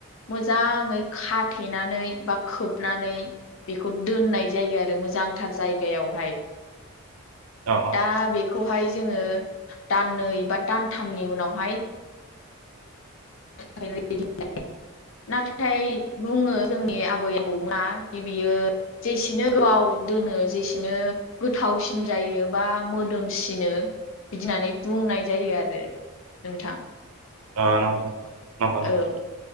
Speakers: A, on the left; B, on the right.
A: मोजाङै खाथेनानै बा खोबनानै बेखौ दोननाय जायो आरो मोजांथार जायगायावहाय
B: औ
A: दा बेखौहाय जोङो दाननै बा दानथामनि उनावहाय <unintelligible> नाथाय बुङो जोंनि आबै आबौमोना बियो जेसेनो गोबाव आव दोनो जेसेनो गोथावसिन जायो बा मोदोमसिनो बिदि होननानै बुंनाय जायो आरो नोंथां
B: औ नंगौ नोंथां नंगौ नंगौ
A: औ